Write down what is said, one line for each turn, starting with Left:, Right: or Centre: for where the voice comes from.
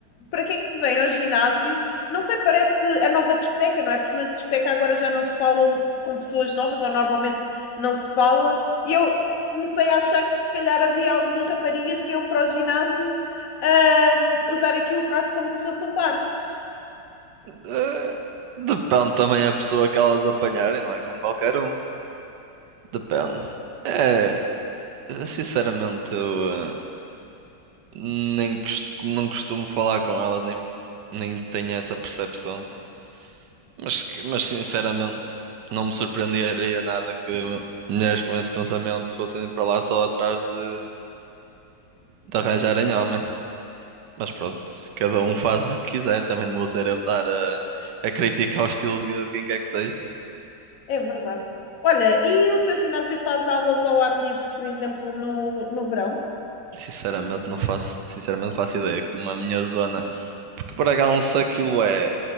Left: para que é que se vem ao ginásio? Não sei, parece a nova discoteca, não é? Porque na discoteca agora já não se falam com pessoas novas, ou normalmente não se fala, e eu comecei a achar que se calhar havia algumas raparigas que iam para o ginásio ah, usar aquilo quase como se fosse um bar.
Right: Eh, depende também a pessoa que elas apanharem, não é com qualquer um. Depende. É, sinceramente, eu eh, nem cost- como não costumo falar com elas, nem, nem tenho essa percepção. Mas, que- mas sinceramente, não me surpreenderia nada que mulheres com esse pensamento fossem para lá só atrás de, de arranjarem homem. Mas pronto, cada um faz o que quiser, também não vou ser eu estar a, a criticar o estilo de vida de quem quer que seja.
Left: É verdade. Olha, e o teu ginásio faz aulas ao ar livre, por exemplo, no, no verão?
Right: Sinceramente não faço, sinceramente não faço ideia como a minha zona, porque Bragança aquilo é